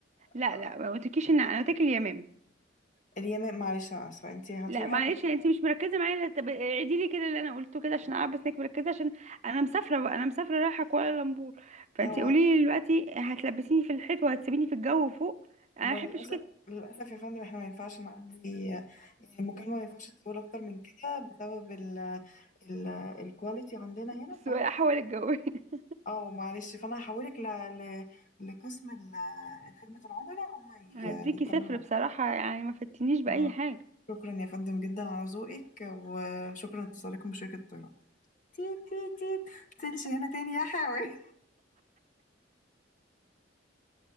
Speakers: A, on the right; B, on the left.
A: لا
B: آه،
A: لا ما قلتلكيش النعامه انا قلت لك اليمامه
B: اليمن معلش انا اسفة انت هتروحي
A: لا معلش
B: على المطار-
A: انت مش مركزه معايا لا، طب اعيدي لي كده اللي انا قلته كده عشان اعرف بس انك مركزه عشان انا مسافره بقى انا مسافره رايحه كوالالمبور فانت
B: هو
A: قولي لي دلوقتي هتلبسيني في الحيط وهتسيبيني في الجو فوق انا
B: هو
A: ما بحبش
B: للأسف
A: كده
B: للأسف يا فندم احنا ما ينفعش نعدي آه، يعني المكالمة ما ينفعش تطول أكتر من كده بسبب ال ال الكواليتي عندنا هنا
A: السواقه
B: فه...
A: حول الجو <laughs>
B: اه معلش فأنا هحولك ل... ل... لقسم ال- خدمة العملاء هم ي-
A: هديكي
B: يكملوا
A: صفر
B: معاك
A: بصراحة يعني ما فتنيش بأي
B: ما-
A: حاجة
B: شكرا يا فندم جدا على ذوقك وشكرا لاتصالكم بشركة الطيران تيت تيت تيت تنش هنا تاني يا حيوان